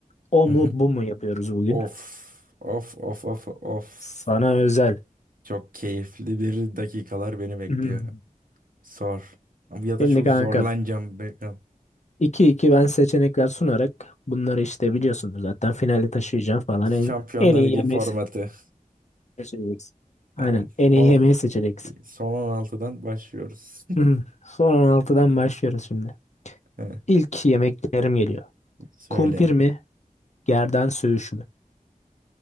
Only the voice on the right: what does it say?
hı
hı.
Of, of, of, of, of.
Çok keyifli bir dakikalar beni bekliyor.
Sor. Ya da
çok
zorlanacağım. Bakalım.
Şampiyonlar
Ligi
formatı.
Tamam.
Son,
son on altıdan başlıyoruz.
<laughs> He,
Söyle.